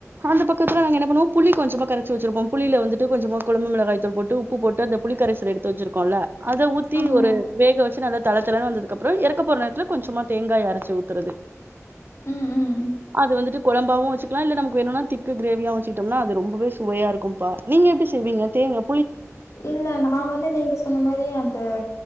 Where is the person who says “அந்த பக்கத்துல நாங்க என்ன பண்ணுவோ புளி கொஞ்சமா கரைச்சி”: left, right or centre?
Right